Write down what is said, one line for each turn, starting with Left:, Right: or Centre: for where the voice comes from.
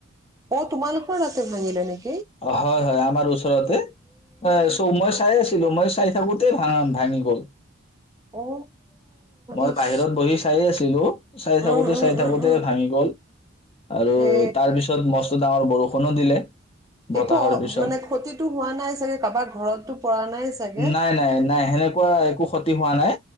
Right: অ', তোমালোকৰ তাতে ভাঙিলে নেকি?
Left: অ', হয়, হয় আমাৰ ওচৰতে এ চৌ মই চাই আছো। মই চাই থাকোতে ভাঙা ভাঙি গ'ল।
Right: অ
Left: মই
Right: ইচ
Left: বাহিৰত বহি চায়ে আছিলো চাই থাকোতে
Right: উম উম
Left: চাই থাকোতে
Right: উম উম
Left: ভাঙি গ'ল। আৰু
Right: এ
Left: তাৰ পিছত মস্ত ডাঙৰ বৰষুণ কোনো দিলে। বতাহৰ
Right: একো
Left: পিছত
Right: মানে ক্ষতিতটো হোৱা নাই চাগে কাবাৰ ঘৰতটো পৰা নাই চাগে
Left: নাই নাই নাই সেনেকুৱা একো ক্ষতি হোৱা নাই।